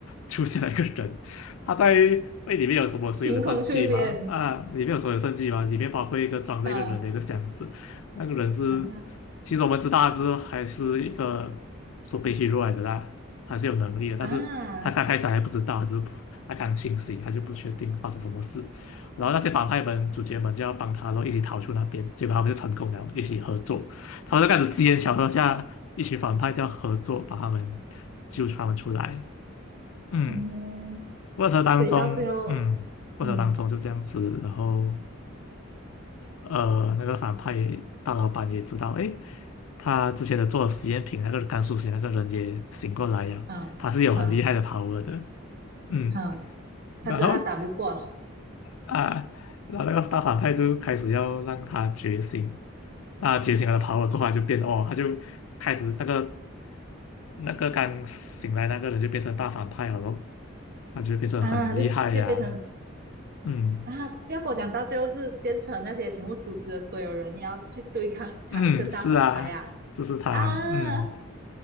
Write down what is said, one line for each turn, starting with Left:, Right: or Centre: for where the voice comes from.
Left: 出现了一个人？他在为里面有什么所有的证据吗？
Right: 凭空出现，
Left: 啊，里面有所有证据吗？里面包括一个装着一个人的一个箱子，
Right: 啊
Left: 那个人是，
Right: 啊
Left: 其实我们知道他是还是一个说被吸入来的啦，他是有能力的，但是他刚开始还不知道，
Right: 啊，
Left: 他只是他刚清醒，他就不确定发生什么事。然后那些反派们、主角们就要帮他咯，然后一起逃出那边。结果他们就成功了，一起合作。他们就开始机缘巧合下，一群反派就要合作，把他们救出他们出来。嗯，
Right: 嗯，
Left: 过程当中，
Right: 所以到最后，
Left: 嗯，过程当中就这样子。
Right: 嗯，
Left: 然后，呃，那个反派大老板也知道，诶，他之前的做的实验品那个甘肃实验那个人也醒过来了，
Right: 啊，
Left: 他是有很厉害的
Right: 啊，
Left: power 的。嗯，
Right: 啊，他知道他打不过啊，
Left: 然后。啊，然后那个大反派就开始要让他觉醒，那觉醒了的 power 的话就变哦，他就开始那个那个刚醒来那个人就变成大反派了咯，那就变成很厉害呀、
Right: 他就直接变成
Left: 嗯
Right: 啊，不要跟我讲，到最后是变成那些全部组织的所有人要去对抗他一个大反派啊
Left: 嗯，是啊，这是他，
Right: 啊
Left: 嗯，